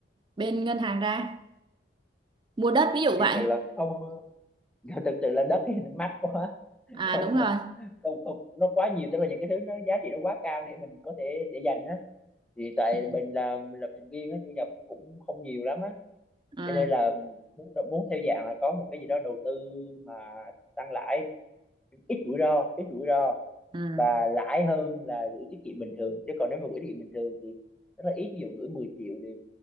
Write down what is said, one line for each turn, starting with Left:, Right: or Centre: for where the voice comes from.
Right: bên ngân hàng ra mua đất ví dụ
Centre: thì
Right: vậy
Centre: sự là không <laughs> thực sự là đất thì nó mắc quá
Right: à
Centre: không
Right: đúng rồi
Centre: không không nó quá nhiều tức là những cái thứ nó giá trị nó quá cao để mình có thể để dành á thì tại
Right: ừ.
Centre: mình là lập trình viên á thu nhập nó cũng không nhiều lắm á
Right: À,
Centre: cho nên là muốn muốn theo dạng là có một cái gì đó đầu tư mà tăng lãi ít rủi ro ít rủi ro
Right: à.
Centre: và lãi hơn là gửi tiết kiệm bình thường chứ còn nếu mà gửi tiết kiệm bình thường thì rất là ít ví dụ gửi 10 triệu thì